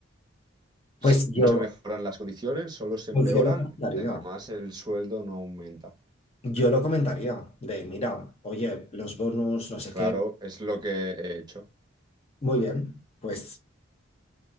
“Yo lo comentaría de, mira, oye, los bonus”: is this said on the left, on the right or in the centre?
Left